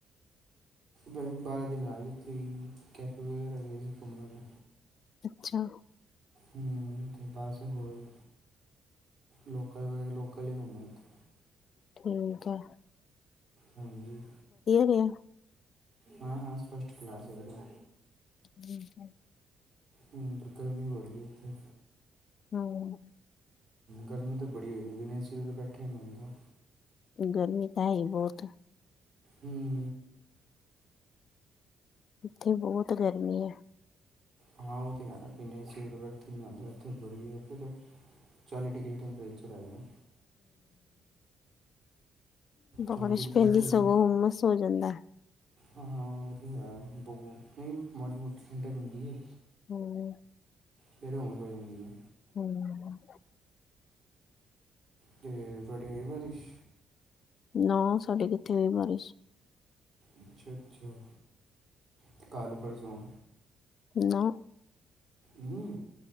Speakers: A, on the right; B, on the left.
A: ਗਏ ਸੀ, ਬਾਰਾਂ ਦਿਨ ਲਾਏ ਉੱਥੇ ਕੈਥਲ ਵਗੈਰਾ ਗਏ ਸੀ ਘੁੰਮਣ।
B: ਅੱਛਾ।
A: ਹਮ ਤੇ ਬਸ ਹੋਰ ਲੋਕਲ ਵਗੈਰਾ ਲੋਕਲ ਹੀ ਘੁੰਮੇ ਓਥੇ।
B: ਠੀਕ ਏ।
A: ਹਾਂਜੀ
B: ਰਿਹਾ
A: ਹਾਂ- ਹਾਂ ਫਸ਼ਟ ਕਲਾਸ ਇੱਕਦਮ।
B: <inaudible>
A: ਹਮ ਪਰ ਗਰਮੀ ਬੜੀ ਹੈ ਉੱਥੇ।
B: ਹਮ
A: ਗਰਮੀ ਤਾਂ ਬੜੀ ਹੋ ਗਈ ਏ, ਬਿਨਾ ਏ ਸੀ ਬੈਠਾ ਹੀ ਨਹੀਂ ਜਾਂਦਾ।
B: ਗਰਮੀ ਤਾਂ ਹੈ ਹੀ ਬਹੁਤ।
A: ਹਮ।
B: ਉੱਥੇ ਬਹੁਤ ਗਰਮੀ ਏ।
A: ਹਾਂ ਉਹ ਤਾਂ ਹੈ ਬਿਨੇ ਏ ਸੀ ਤੋਂ ਬੈਠਾ ਨਹੀਂ ਜਾਂਦਾ, ਉੱਥੇ ਬੜੀ ਹੈ ਉੱਥੇ ਤੇ ਚਾਲੀ ਡਿਗਰੀ ਟੈਂਪਰੇਚਰ ਪਰ ਹੈਗਾ। ਚਾਲੀ
B: ਬਾਰਸ਼
A: ਡਿਗਰੀ
B: ਪੈਂਦੀ
A: ਵੀ ਹਲੇ
B: ਸਗੋਂ ਹੁਮਸ ਹੋ ਜਾਂਦਾ।
A: ਹਾਂ ਉਹ ਤੇ ਹੈ, ਬਹੁ ਨਹੀਂ ਮਾੜੀ ਮੋਟੀ ਠੰਡਕ ਹੁੰਦੀ ਏ।
B: ਹਮ।
A: ਫੇਰ ਹੁੰਮਸ ਹੋ ਜਾਂਦੀ ਹੈ।
B: ਹਮ।
A: ਤੇ ਤੁਹਾਡੀ ਹੋਈ ਬਾਰਿਸ਼?
B: ਨਾ ਸਾਡੇ ਕਿਥੇ ਹੋਈ ਬਾਰਿਸ਼।
A: ਅੱਛਾ, ਅੱਛਾ ਤੇ ਕੱਲ੍ਹ ਪਰਸੋਂ।
B: ਨਾ।
A: ਹਮ।